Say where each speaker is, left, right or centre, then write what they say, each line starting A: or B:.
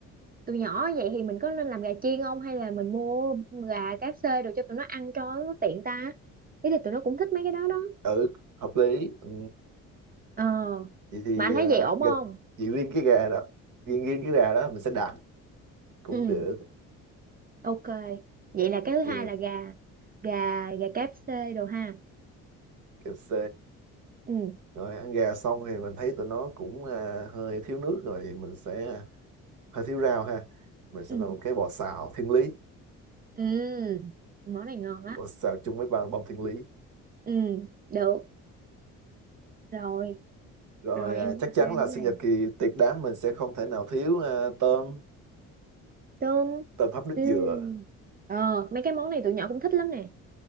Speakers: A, on the right; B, on the right.
A: tụi nhỏ vậy thì mình có nên làm gà chiên không hay là mình mua gà KFC rồi cho tụi nó ăn cho nó tiện ta thế thì tụi nó cũng thích mấy cái đó đó
B: ừ hợp lý ừ.
A: ờ
B: vậy thì
A: mà anh thấy
B: à,
A: vậy ổn không
B: gà, chỉ riêng cái gà đó riêng riêng cái gà đó mình sẽ đặt cũng
A: ừ
B: được
A: ok vậy là
B: ok
A: cái thứ hai là gà gà gà KFC đồ ha
B: kẹp c
A: ừ
B: rồi ăn gà xong thì mình thấy tụi nó cũng à, hơi thiếu nước rồi thì mình sẽ à, hơi thiếu rau ha mình sẽ
A: ừ
B: làm một cái bò xào thiên lý
A: ừ món này ngon á
B: bò xào chung với ba bông thiên lý
A: ừ được rồi
B: rồi
A: rồi
B: à,
A: em
B: chắc
A: ok
B: chắn là
A: món
B: sinh
A: này
B: nhật kỳ tiệc đám mình sẽ không thể nào thiếu à, tôm
A: tôm
B: tôm hấp nước
A: ừ
B: dừa
A: ờ mấy cái món này tụi nhỏ cũng thích lắm nè